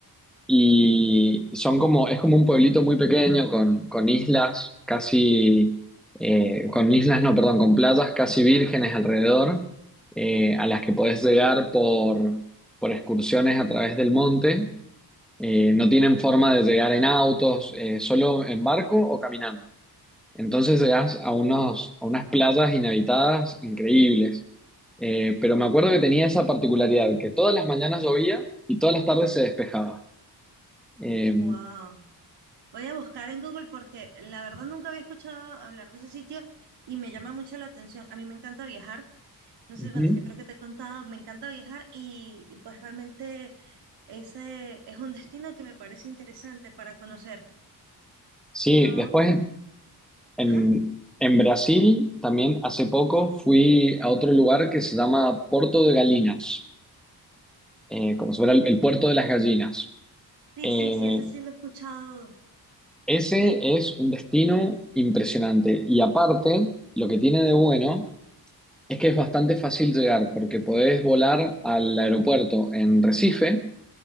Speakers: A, in the centre; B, on the right.
A: y son como, es como un pueblito muy pequeño con, con islas casi, eh, con islas, no, perdón, con playas casi vírgenes alrededor, eh, a las que podés llegar por, por excursiones a través del monte. Eh, no tienen forma de llegar en autos, eh, solo en barco o caminando. Entonces llegas a unos, a unas playas inhabitadas increíbles. Eh, pero me acuerdo que tenía esa particularidad, que todas las mañanas llovía y todas las tardes se despejaba. Eh,
B: Wow. Voy a buscar en Google porque la verdad nunca había escuchado hablar de ese sitio y me llama mucho la atención. A mí me encanta viajar. No sé,
A: ujú.
B: bueno, yo creo que te he contado, me encanta viajar y, y pues realmente Ese es un destino que me parece interesante para conocer.
A: Sí,
B: Yo,
A: después en,
B: ajá,
A: en Brasil también hace poco fui a otro lugar que se llama Porto de Galinas, eh, como si fuera el, el puerto de las gallinas.
B: sí,
A: Eh,
B: sí, sí, ese sí lo he escuchado,
A: ese es un destino impresionante y aparte, lo que tiene de bueno Es que es bastante fácil llegar porque podés volar al aeropuerto en Recife